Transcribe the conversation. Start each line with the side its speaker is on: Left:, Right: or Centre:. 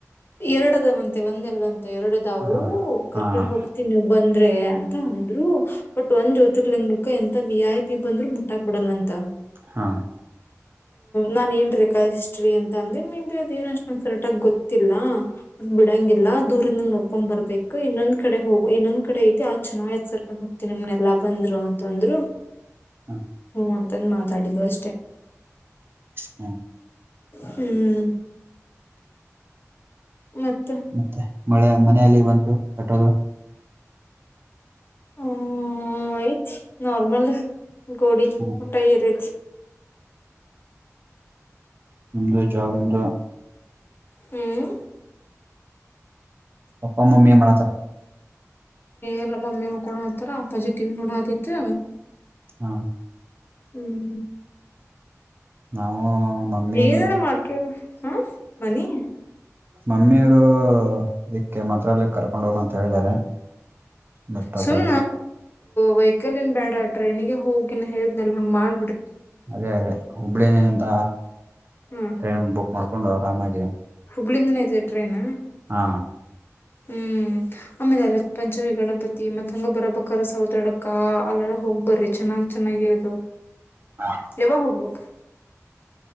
Left: ಎರಡ ಅದಾವಂತೆ ಒಂದಲ್ಲ ಅಂತ ಎರಡುದವು
Right: ಹಾ
Left: ಕರ್ಕೊಂಡ್
Right: ಹಾ ಹಾ
Left: ಹೋಗ್ತವಿ ತಿನ್ನು ಬಂದ್ರೆ ಅಂತ ಅಂದ್ರು ಬಟ್ ಒಂದ್ ಜ್ಯೋತಿರ್ಲಿಂಗಕ್ಕ ಎಂತ ವಿ ಐ ಪಿ ಬಂದ್ರು ಮುಟ್ಟಾಕ ಬಿಡಲ್ಲ ಅಂತ.
Right: ಹಾ
Left: ನಾನ್ ಏನ್ ರೇಕ ಅದ ಹಿಸ್ಟ್ರಿ ಅಂದೆ ಮೇ ಬಿ ಅದ ಏನ ಅಷ್ಟು ನ ಕರೆಕ್ಟ ಆಗ ಗೊತ್ತ ತಿಲ್ಲಾ ಬಿಡಂಗಿಲ್ಲಾ ದೂರಿಂದ ನೋಡ್ಕೊಂಡ್ ಬರ್ಬೇಕು ಇನ್ನೊಂದ್ ಕಡೆ ಹೋಗು ಇನ್ನೊಂದ್ ಕಡೆ ಐತಿ ಆ ಚೆನ್ನಾಗತ್ ಸರ್ ಹೋಗ್ತೀನಿ ನಿಮ್ನೆಲ್ಲಾ ಬಂದ್ರು ಅಂತಂದ್ರು
Right: ಹಾ
Left: ಹ್ಮ ಅಂತಂದು ಮಾತಾಡಿದಿವಿ ಅಷ್ಟೇ
Right: ಹುಂ
Left: ಹುಂ ಮತ್ತ
Right: ಮತ್ತೆ ಮಳೆ ಮನೆಎಲ್ಲಿಗ ಬಂತು ಕಟ್ಟೋದು
Left: ಹ್ಮ್ ಐಯ್ತ ನಾರ್ಮಲ್ ಗೋಡಿ
Right: ಹ್ಮ
Left: ಮಟಾ ಎರೇತಿ
Right: ನಿಮ್ದು ಜಾಬ್ ಇಂದಾ
Left: ಹುಂ
Right: ಪಪ್ಪಾ ಮಮ್ಮಿ ಏನ್ ಮಾಡತಾರ
Left: ಎಲ್ಲ ಮಮ್ಮಿ ಮಕ್ಕೋಳಾತರ ಅಪ್ಪಾಜಿ ಟಿವಿ ನೋಡಕತೀತ್ತು
Right: ಹಾ
Left: ಹುಂ
Right: ನಾವು ಮಮ್ಮಿ
Left: ಏನಾರ ಮಾಡ್ತ ಕೇಳ ಹಾ ಮನಿ
Right: ಮಮ್ಮಿಯವರು ಇದಕ್ಕೆ ಮಂತ್ರಾಲಯಕ್ಕೆ ಕರ್ಕೊಂಡ್ ಹೋಗ ಅಂತ ಹೇಳಿದ್ದಾರೆ. ಬಟ್
Left: ಸುಮ್
Right: ಅದು
Left: ವೆಹಿಕಲ್ ಏನ್ ಬೇಡಾ ಟ್ರೈನಿಗೆ ಹೋಗ ನಾ ಹೇಳಿದ್ನಲಾ ಹಂಗ ಮಾಡ
Right: ಅದೇ ಅದೇ ಹುಬ್ಬಳ್ಳಿಂತ
Left: ಹ್ಮ
Right: ಟ್ರೈನ್ ಬುಕ್ ಮಾಡ್ಕೊಂಡು ಆರಾಮಾಗಿ
Left: ಹುಬ್ಬಳಿಂದನ ಐತೆ ಟ್ರೈನ?
Right: ಹಾ
Left: ಹ್ಮ್ ಆಮೇಲೆ ಅಲ್ಲಿ ಪಂಚಮೀ ಗಣಪತಿ ತಿ ಮತ್ತ ಹಂಗ ಬರಬಕರ್ ಸೌತಡ್ಕ ಅಲ್ಲೆಲ್ಲ ಹೋಗಿ ಬರ್ರಿ ಚೆನ್ನ್ ಚೆನ್ನಾಗಿ ಇದಾವ.
Right: ಹಾ
Left: ಯವ ಹೋಗ್ಬೇಕ್?